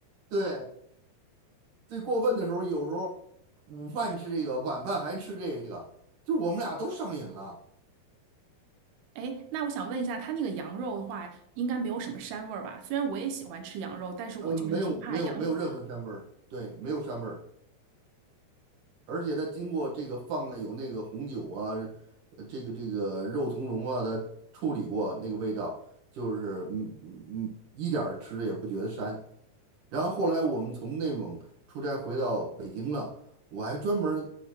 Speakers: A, on the right; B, on the right.
A: 对，最过分的时候，有时候午饭吃这个，晚饭还吃这个，就是我们俩都上瘾了。
B: 哎，那我想问一下，他那个羊肉的话，应该没有什么膻味儿吧？虽然我也喜欢吃羊肉，但是我就是挺怕羊有
A: 呃，没有没有没有任何膻味儿，对，没有膻味儿。而且它经过这个放的有那个红酒啊，呃这个这个肉苁蓉啊，它处理过那个味道，就是嗯嗯嗯，一点儿吃着也不觉得膻。然后后来我们从内蒙出差回到北京了，我还专门儿